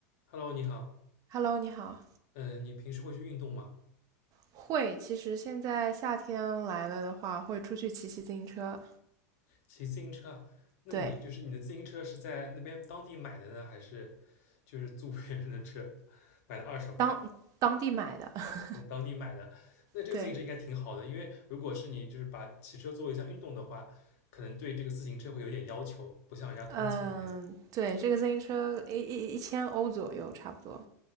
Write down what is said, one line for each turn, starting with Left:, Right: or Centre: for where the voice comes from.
Left: Hello，你好。
Right: Hello，你好。
Left: 嗯，你平时会去运动吗？
Right: 会，其实现在夏天来了的话，会出去骑骑自行车。
Left: 骑自行车啊？那你就是你的自行车是在那边当地买的呢，
Right: 对，
Left: 还是就是租别人的车买的二手？
Right: 当当地买的。<laughs>
Left: 嗯，当地买的。那这个自行车应该挺好的，
Right: 对，
Left: 因为如果是你就是把骑车作为一项运动的话，可能对这个自行车会有点要求，不像人家通勤的那样。
Right: 嗯，对，这个自行车一一一千欧左右，差不多。